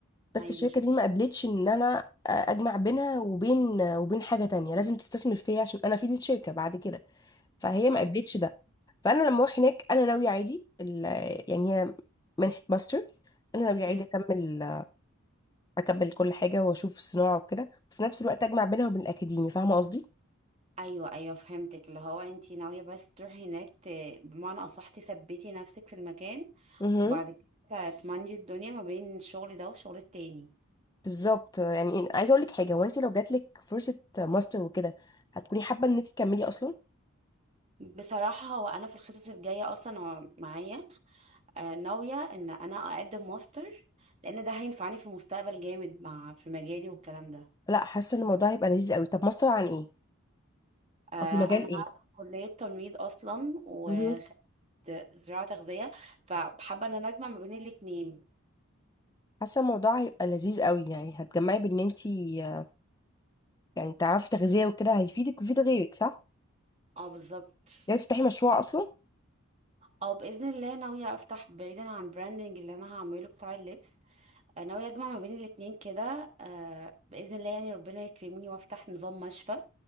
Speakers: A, on the left (about 15°); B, on the right (about 30°).
A: بس
B: ايوه
A: الشركة
B: مش
A: دي ما قبلتش ان انا اجمع بينها وبين وبين حاجة تانية لازم تستثمر فيا عشان انا افيد الشركة بعد كده فهي ما
B: اه
A: قبلتش ده فانا لما اروح هناك انا ناوية عادي ال- يعني هي منحة ماستر انا ناوية عادي
B: مم.
A: اكمل اكمل كل حاجة واشوف الصناعة وكده وفي نفس الوقت اجمع بينها وبين الاكاديمي فاهمة قصدي؟
B: ايوه ايوه فهمتك اللي هو انتي ناوية بس تروحي هناك ت... بمعنى اصح تثبتي نفسك في المكان
A: امم
B: وبعد كده تمانجي الدنيا ما بين الشغل ده والشغل التاني
A: بالظبط يعني عايزة اقول لك حاجة هو انت لو جاتلك فرصة ماستر وكده هتكوني حابة ان انت تكملي اصلا؟
B: بصراحة هو انا في الخطط الجاية اصلا هو معايا آه، ناوية ان انا اقدم ماستر لان ده هينفعني في المستقبل جامد مع في مجالي والكلام ده
A: لا حاسة ان الموضوع هيبقى لذيذ قوي طب ماستر عن ايه؟
B: آه،
A: او في مجال
B: انا في كلية تمريض اصلا وخدت
A: ايه؟
B: زراعة تغذية فحابة ان انا اجمع ما بين الاتنين
A: حاسه الموضوع هيبقى لذيذ قوي يعني هتجمعي بان انتي آه، يعني تعرفي تغذيه وكده هيفيدك ويفيد غيرك صح
B: اه بالظبط
A: لو تفتحي مشروع اصلا
B: او باذن الله ناوية افتح بعيدا عن البراندنج اللي انا هعمله بتاع اللبس آه، ناوية اجمع ما بين الاتنين كده آه، باذن الله يعني ربنا يكرمني وافتح نظام مشفى